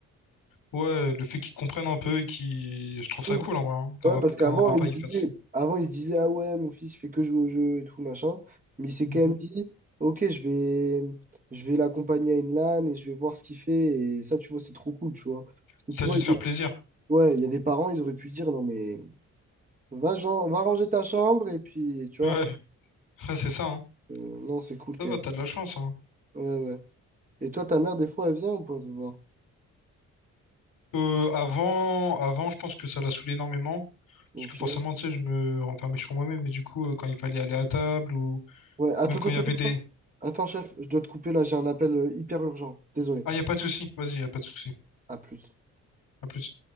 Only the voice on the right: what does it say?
Mm.
Ouais,
parce qu'avant,
il se
disait,
avant, il se disait, ah ouais, mon fils, il fait que jouer au jeu et tout, machin. Mais il s'est
quand même dit, ok, je vais, je vais l'accompagner à une LAN et je vais voir ce qu'il fait. Et ça, tu vois, c'est trop cool, tu vois. Parce que
tu
vois,
il y a,
ouais, il y a des parents, ils auraient pu dire, non, mais va, gen- va ranger ta chambre et puis, tu
vois.
Euh, non, c'est cool
quand
même.
Ouais, ouais. Et toi, ta mère, des fois, elle vient ou pas te voir?
Ok.
Ouais, attends,
attends,
attends,
attends. Attends, chef, je dois te couper là, j'ai un appel euh, hyper urgent. Désolé.
À plus.